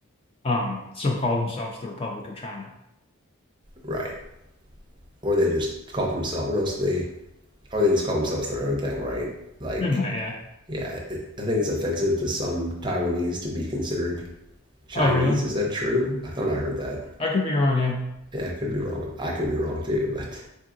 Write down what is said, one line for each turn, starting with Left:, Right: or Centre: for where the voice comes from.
Left: um still call themselves the Republic of China.
Right: Right. or they just call themselves what else they or they just call themselves their own thing, right? Like,
Left: They might, yeah.
Right: yeah, it, I think it's offensive to some Taiwanese to be considered Chinese.
Left: Oh, really?
Right: Is that true? I thought I heard that.
Left: I could be wrong, yeah.
Right: Yeah, I could be wrong. I could be wrong too, but